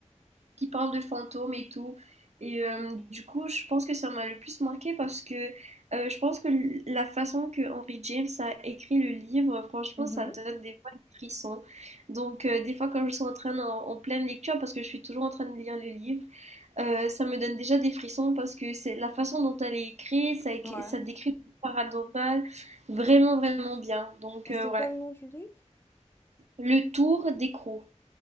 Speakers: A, on the right; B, on the left.
A: qui parle de fantômes et tout. Et euh, du coup, je pense que ça m'a le plus marqué parce que euh, je pense que l- la façon que Henry James a écrit le livre, franchement,
B: mhm.
A: ça donne des fois des frissons. Donc, euh, des fois, quand je suis en train en, en pleine lecture, parce que je suis toujours en train de lire le livre, euh, ça me donne déjà des frissons parce que c'est la façon dont elle est écrite, ça, écri-
B: ouais.
A: ça décrit le paranormal vraiment, vraiment bien. Donc,
B: Et
A: euh,
B: c'est
A: ouais.
B: quoi le nom du livre?
A: Le tour d'écrou.